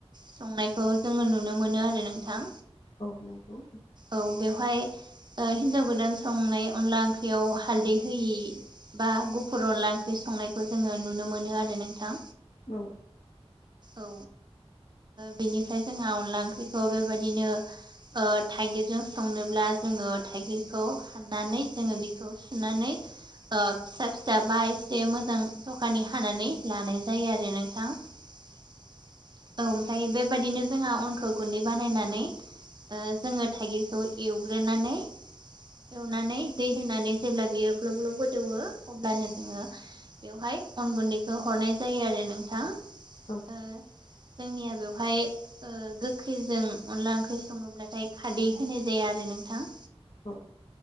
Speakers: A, on the right; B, on the left.
A: संनायखौ जोङो नुनो मोनो आरो नोंथां।
B: औ नंगौ
A: औ बेवहाय हिनजाव गोदान संनाय अनला ओंख्रियाव हालदै होयि बा गुफुर अनला ओंख्रि संनायखौ जोङो नुनो मोनो आरो नोंथां।
B: औ
A: औ बिनिफ्राय जोंहा अनला ओंख्रिखौ बेबायदिनो थाइगिरजों संनोब्ला जोङो थाइगिरखौ हाननानै जोङो बेखौ सुनानै फिसा फिसा बा एसे मोजां दखानि हानानै लानाय जायो आरो नोंथां औ ओमफ्राय बेबायदििनो जोंहा अनखौ गुन्दै बानायनानै ओ जोङो थाइगिरखौ एवग्रोनानै एवनानै दै होनानै जेब्ला बियो ग्लब ग्लब गोदौवो अब्लानो जोङो बेवहाय अन गुन्दैखौ हरनाय जायो आरो नोंथां।
B: औ
A: जोंनिया बेवहाय गोखैजों अनला ओंख्रि सङोब्लाथाय खादै होनाय जाया आरो नोंथां।
B: थ